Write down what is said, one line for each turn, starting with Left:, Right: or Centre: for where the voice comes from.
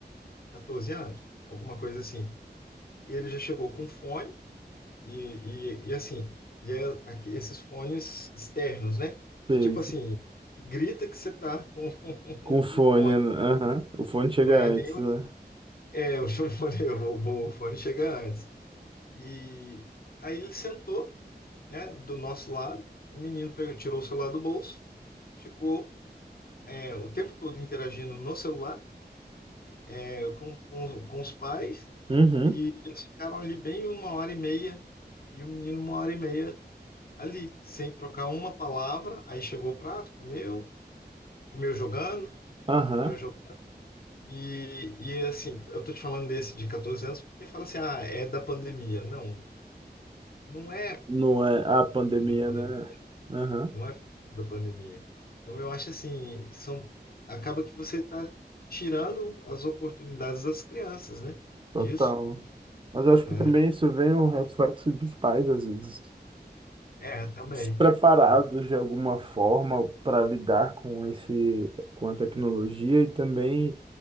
Left: 14 anos, alguma coisa assim. Ele já chegou com fone, E, e, e assim, e é aqui, esses fones externos, né? Que
Right: Sei,
Left: é tipo
Right: sei.
Left: assim, grita que você tá com <laughs>
Right: com fone,
Left: um fone.
Right: né? aham, o fone chega
Left: Não é
Right: antes,
Left: nenhum.
Right: né?
Left: É, o <laughs> fone, o, o fone chega antes. E aí ele sentou, né, do nosso lado. O menino pegou, tirou o celular do bolso, ficou é, o tempo todo interagindo no celular, é, com, com, com os pais.
Right: Uhum,
Left: E eles ficaram ali bem uma hora e meia. E o menino, uma hora e meia ali, sem trocar uma palavra. Aí chegou o prato, comeu, comeu jogando,
Right: aham,
Left: comeu jogando. E, e assim, eu tô te falando desse de 14 anos porque fala assim, ah, é da pandemia. Não, não é
Right: não é a pandemia,
Left: da pandemia.
Right: né? Aham,
Left: Não é da pandemia. Então eu acho assim, são, acaba que você tá tirando as oportunidades das crianças, né?
Right: total.
Left: Disso.
Right: Mas eu acho
Left: É,
Right: que também isso vem um reflexo dos pais, às vezes.
Left: é também.
Right: despreparados
Left: Então,
Right: de alguma forma para lidar com esse, com a tecnologia e também.